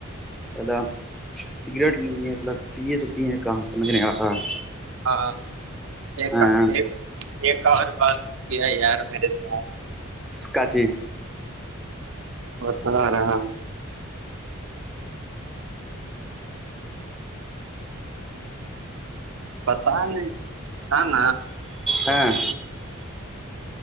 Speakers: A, in the centre; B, on the right.
A: صلا سگریٹ نہیں ہے صلا پیے تو پیئیں کہاں سمجھ نہیں آ رہا ہے
B: ہاں ایک
A: ہاں
B: ایک اور بات کیا یار میرے ساتھ
A: کاچی
B: بت رہا ہاں بتا نہیں ہ ن
A: ہاں